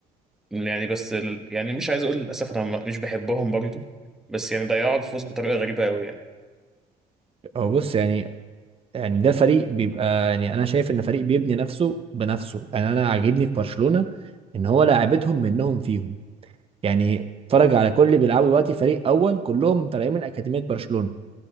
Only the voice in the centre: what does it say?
يعني بس ال- يعني مش عايز اقول للاسف انا م- مش بحبهم برضو بس يعني ضيعوا الفوز بطريقه غريبه قوي يعني